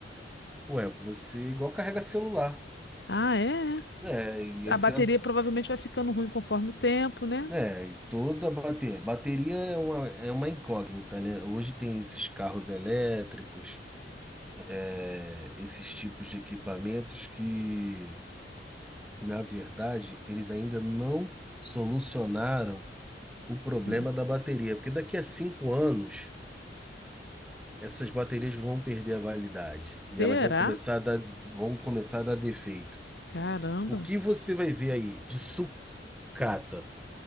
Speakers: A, in the centre; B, on the left (about 65°).
A: Ué, você é igual carrega celular.
B: Ah, é? é.
A: É, e
B: A
A: essa
B: bateria provavelmente vai ficando ruim conforme o tempo, né?
A: é, é, e toda bateria. Bateria é uma, é uma incógnita, né? Hoje tem esses carros elétricos, é, esses tipos de equipamentos que, na verdade, eles ainda não solucionaram o problema
B: Ah,
A: da bateria. Porque daqui a cinco anos. essas baterias vão perder a validade e
B: Será?
A: elas vão começar a dar, vão começar a dar defeito.
B: Caramba.
A: O que você vai ver aí de sucata,